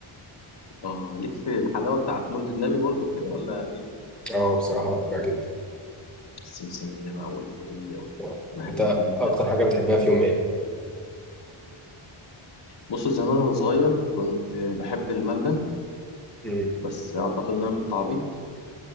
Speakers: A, on the left; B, in the centre.
A: اه ليك في الحلاوه بتاعت مولد النبي برضو كده ولا ايه
B: اه بصراحه بحبها جدا
A: السمسميه بقى والفوليه
B: آه.
A: والمهلبيه
B: انت اكتر
A: وال...
B: حاجه بتحبها في يوم ايه
A: بص زمان وانا صغير كنت بحب الملبن
B: مم.
A: بس اعتقد ان انا كنت عبيط